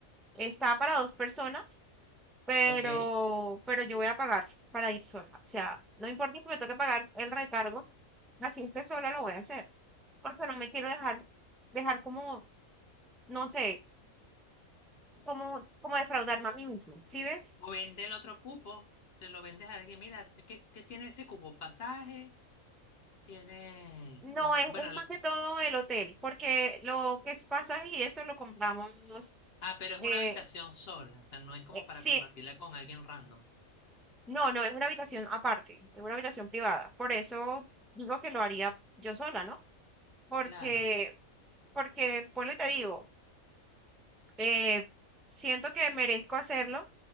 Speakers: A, in the centre; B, on the left.
A: está para dos personas, pero,
B: ok.
A: pero yo voy a pagar para ir sola. O sea, no importa que me toque pagar el recargo, así esté sola lo voy a hacer. Porque no me quiero dejar, dejar como, no sé, como, como defraudarme a mí misma. ¿Sí ves?
B: O vende el otro cupo, se lo vendes a alguien, mira, ¿qué, qué tiene ese cupo? Pasaje. Tiene,
A: No,
B: este,
A: es,
B: bueno,
A: es más
B: la-
A: que todo el hotel, porque lo que es pasaje y eso lo compramos,
B: ah, pero es
A: eh,
B: una habitación sola, o sea, no es como
A: eh,
B: para
A: sí,
B: compartirla con alguien random.
A: no, no, es una habitación aparte, es una habitación privada. Por eso digo que lo haría yo sola, ¿no? Porque,
B: Claro,
A: porque, pues lo te digo, eh, siento que merezco hacerlo.